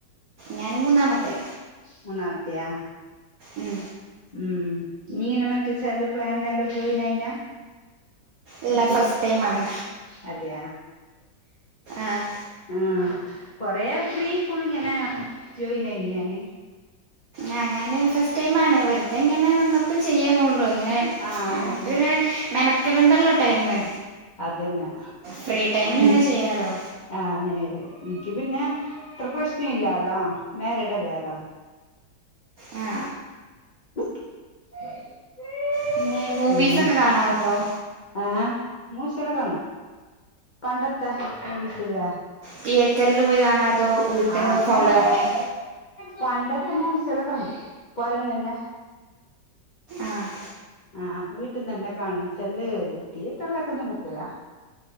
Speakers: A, on the right (about 65°); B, on the left (about 55°).
A: ഞാൻ മൂന്നാമത്തെ.
B: മൂന്നാമെത്തയാ?
A: ഉം
B: ഉം നീ എന്നാ മറ്റേ ചെല പ്ലാന്റെല്ലോ ജോയിന് ആയിനാ?
A: ഇല്ല ഫസ്ടൈം ആണ്.
B: അതെയാ?
A: ആഹ്.
B: ആഹ് കൊറേ ഫ്രീക്കുങ്ങനെ ജോയിന് ആയിന് ഞാന്.
A: ആഹ് ഞാന് ഫസ്ടൈം ആണ് വെറുതെങ്ങനെ നിന്ന പ്പം ചെയ്യാന്നൊള്ളൂ ഇങ്ങനേ
B: ആഹ്
A: നമ്മക്ക്ങ്ങനെ മെനക്കടണ്ടല്ലോ ടൈമ്.
B: അതന്നെ അതന്നെ
A: ഫ്രീ ടൈമില് ഇങ്ങനെ ചെയ്യാലോ?
B: ആഹ് നേര് നിന്ക്ക് പിന്നേ ഇത്ര പ്രശ്ന ഇല്ലാലോ മാരീഡല്ലാലോ
A: ആ
B: <inaudible>
A: പിന്നെ മൂവീസൊക്കെ
B: പിന്നെ
A: കാണാറ്ണ്ടോ
B: ആഹ് മൂവിസൊക്കെ കാണും പണ്ടത്തെ മൂവിസ് ല്ലേ
A: തിയ്യേറ്ററില് പോയി കാണാ അതോ വീട്ട്ന്ന്
B: ആഹ് അങ്ങനെ
A: ഫോണിൽ കാണേ
B: പണ്ടത്തെ മൂവീസലേക്കാണും പൊരേന്നന്നെ
A: ആഹ്
B: ആഹ് വീട്ടിന്നന്നെ കാണും ചെലേത് തിയേറ്ററിലേക്കൊന്നും പോക്കില്ല